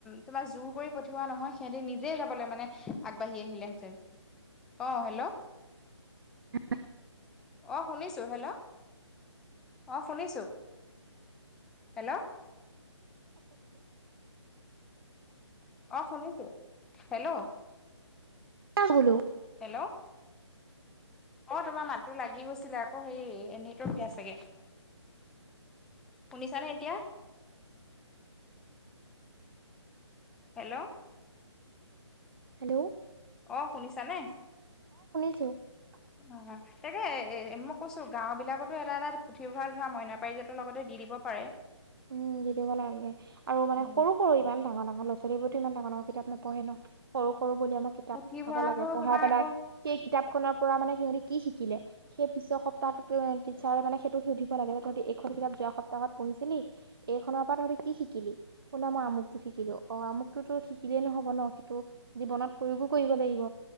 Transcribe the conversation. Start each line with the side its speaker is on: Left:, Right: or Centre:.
Centre: তোমাৰ জোৰ কৰি পঠিওৱা নহয় সিহতি নিজে যাবলৈ মানে আগবাঢ়ি আহিলেহেঁতেন। অ হেল্ল'
Right: <unintelligible>
Centre: অঁ শুনিছো হেল্ল', অঁ শুনিছো। হেল্ল'। অ শুনিছো, হেল্ল'।
Right: ক বোলো।
Centre: হেল্ল'। অ তোমাৰ মাতটো লাগি গৈছিলে আকৌ হেৰি এ নেটৱৰ্ক বেয়া চাগে শুনিছানে এতিয়া? হেল্ল'
Right: হেলেও
Centre: অ শুনিছা নে?
Right: <unintelligible>
Centre: অ তাকে এ মই কৈছো গাঁও বিলাকতো এটা এটা পুথিভঁৰাল ধৰা মইনা পাৰিজাতৰ লগতে দি দিব পাৰে।
Right: উম দি দিব লাগে আৰু মানে
Centre: উম
Right: সৰু সৰু ইমান ডাঙৰ ডাঙৰ ল'ৰা ছোৱালীবোৰেটো ইমান ডাঙৰ কিতাপ নপঢ়ে ন'। সৰু সৰু বুলি আমাক কিতাপ
Centre: পুথিভঁৰালবোৰ
Right: পঢ়াব লাগে। পঢ়াই
Centre: তোমাৰ
Right: পেলাই
Centre: আকৌ
Right: সেই কিতাপ খনৰ পৰা মানে সিহতি কি শিকিলে। সেই পিছৰ সপ্তাহটোতো টিট্চাৰে মানে সেইটো সধিব লাগে। তহঁতি এইখকিতাপ যোৱা সপ্তাহত পঢ়িছিলি এইখনৰ পৰা তহঁতে কি শিকিলি? বোলে মই আমুকটো শিকিলো। অ আমুক টোতো শিকিলেই নহব ন সেইটো জীৱনত প্ৰয়োগো কৰিব লাগিব।